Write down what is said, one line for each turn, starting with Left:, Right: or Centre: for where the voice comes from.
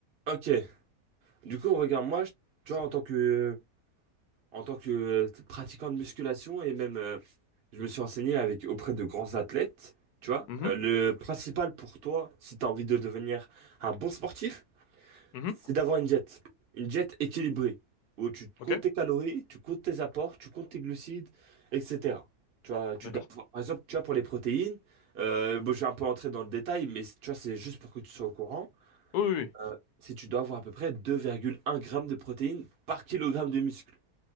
Right: Ok. Du coup, regarde, moi, je- tu vois, en tant que, en tant que euh, pratiquant de musculation et même, euh, je me suis renseigné avec auprès de grands athlètes. Tu vois,
Left: Mhm,
Right: Euh, le principal pour toi, si t'as envie de devenir un bon sportif,
Left: mhm,
Right: c'est d'avoir une diète. Une diète équilibrée, où tu
Left: ok,
Right: comptes tes calories, tu comptes tes apports, tu comptes tes glucides, etc. Tu vois, tu
Left: d'accord.
Right: dois avoir- par exemple, tu vois, pour les protéines, euh, bon, je vais un peu entrer dans le détail, mais tu vois, c'est juste pour que tu sois au courant.
Left: Oui, oui, oui,
Right: Euh, si tu dois avoir à peu près deux virgule un grammes de protéines par kilogramme de muscle.